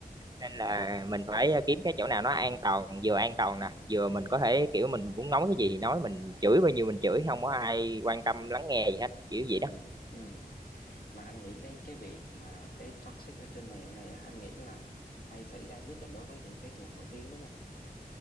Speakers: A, on the right (about 25°); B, on the left (about 70°).
A: Nên là mình phải ờ, kiếm cái chỗ nào nó an toàn, vừa an toàn nè, vừa mình có thể kiểu mình muốn nói cái gì thì nói, mình chửi bao nhiêu mình chửi, không có ai quan tâm lắng nghe gì hết, kiểu
B: ừ
A: vậy đó.
B: ừ ừ. mà anh nghĩ cái cái việc mà cái toxic ở trên mạng này á anh nghĩ là hay xảy ra nhất là đối với những cái người nổi tiếng đúng không